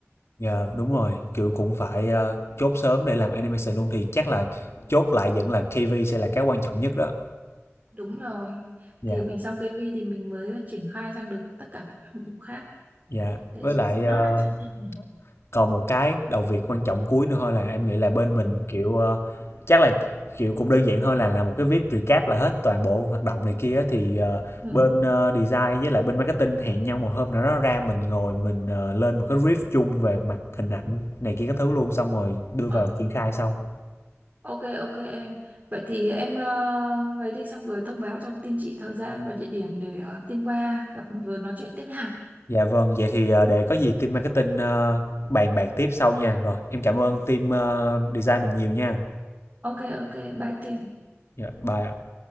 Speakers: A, on the left; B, on the right.
A: Dạ, đúng rồi, kiểu, cũng phải, ơ, chốt sớm để làm animation luôn thì chắc là chốt lại
B: em
A: vẫn là KV sẽ là cái quan trọng nhất đó.
B: Đúng rồi.
A: Dạ,
B: Thì mình xong cây vi thì mình mới triển khai sang được tất cả các hạng mục khác.
A: dạ,
B: Để
A: với
B: chị
A: lại,
B: sẽ nốt
A: ờ,
B: lại cho anh thêm nhỉ.
A: còn một cái đầu việc quan trọng cuối nữa thôi là em nghĩ là bên mình,
B: Ừ.
A: kiểu, ơ, chắc là, kiểu, cũng đơn giản thôi là làm một cái viết recap lại hết toàn bộ hoạt động này kia á, thì, ờ,
B: Ừ.
A: bên, ơ, design với lại bên marketing hẹn nhau một hôm nào đó ra mình ngồi mình, ờ, lên một cái brief chung về mặt hình ảnh này kia các thứ luôn, xong rồi đưa
B: Ờ.
A: vào triển khai sau.
B: Ok ok em. Vậy thì em uh, ấy đi xong rồi thông báo cho team chị thời gian và địa điểm để ờ, team qua gặp rồi nói chuyện tiếp hàng.
A: Dạ vâng, vậy thì, ờ, để có gì team marketing, ờ, bàn bạc tiếp sau nha. Rồi, em cảm ơn team, ờ, design mình nhiều nha.
B: Ok ok bye team.
A: Dạ, bye ạ.